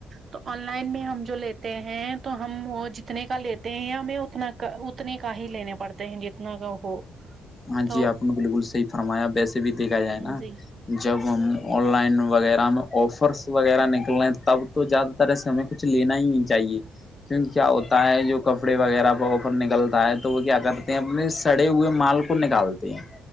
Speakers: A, on the right; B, on the left.
A: تو آن لائن میں ہم جو لیتے ہیں تو ہم وہ جتنے کا لیتے ہیں ہمیں اتنا کا اتنے کا ہی لینے پڑتے ہیں جتنا کا ہو
B: ہاں
A: تو
B: جی آپ نے بالکل صحیح فرمایا ویسے بھی دیکھا جائے
A: جی
B: نا
A: جی
B: جب ہم آن لائن وغیرہ میں آفرس وغیرہ نکل رہے ہیں تب تو زیادہ طرح سے ہمیں کچھ لینا ہی نہیں چاہیے کیونکہ کیا ہوتا ہے جو کپڑے وغیرہ پر اپر نکلتا ہے تو وہ کیا کرتے ہیں اپنے سڑے ہوئے مال کو نکالتے ہے